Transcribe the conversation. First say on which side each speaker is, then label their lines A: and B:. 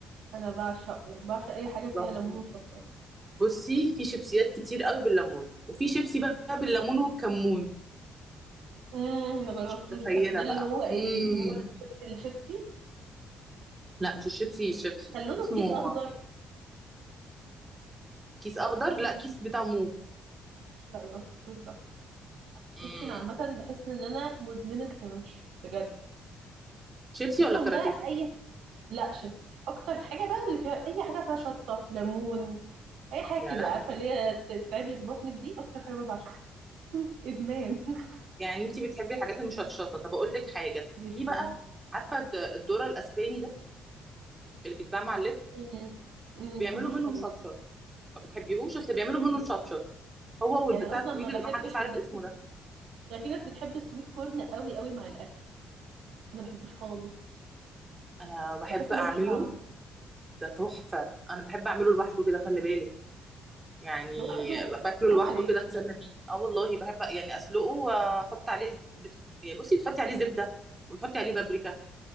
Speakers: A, on the right; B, on the right.
A: انا بعشقه بعشق اي حاجه فيها
B: رهيب
A: ليمون وشطه
B: بصي في شيبسيات كتير قوي بالليمون وفي شيبسي بقى بالليمون والكمون
A: امم ما جربتوش
B: مش متخيله
A: ده ده اللي
B: بقى
A: هو ايه
B: امم
A: اللي هو الشيبسي الشيبسي
B: لا مش الشيبسي الشيبسي
A: كان لونه
B: اسمه
A: الكيس اخضر
B: كيس اخضر لا كيس بتاع موف
A: لا يبقى ما شفتوش ده
B: امم
A: بصي انا عامه بحس ان انا مدمنه كرانشي بجد
B: شيبسي
A: خصوصا
B: ولا كاراتيه
A: بقى اي لا شيبسي اكتر حاجه بقى اللي فيها اي حاجه فيها شطه ليمون اي حاجه
B: يا
A: كده
B: لهوي
A: عارفه اللي هي ت- تتعب لك بطنك دي اكتر حاجه بقى بعشقها ادمان <laughs>
B: يعني انت بتحبي الحاجات المشطشطه طب اقول لك حاجه
A: جدا
B: في بقى عارفه الد- الذره الاسباني ده اللي بيتباع مع اللب
A: مم. مم،
B: بيعملوا
A: بحبوش
B: منه
A: خالص
B: مشطشط ما بتحبيهوش اصل بيعملوا منه
A: مم.
B: مشطشط هو
A: يعني
B: والبتاع
A: اصلا
B: الطويل
A: ما بحبش
B: اللي ما حدش عارف
A: الناس
B: اسمه ده
A: يعني في ناس بتحب السويت كورن قوي قوي مع الاكل انا ما بحبوش خالص
B: انا بحب
A: بحس انه
B: اعمله
A: ملوش طعم
B: ده تحفه انا بحب اعمله لوحده كده خلي بالك يعني
A: لوحده
B: باكله
A: حرام
B: لوحده
A: عليكي
B: كده اتسلى بيه اه والله بحب يعني اسلقه واحط عليه زبده يعني بصي تحطي عليه زبده وتحطي عليه بابريكا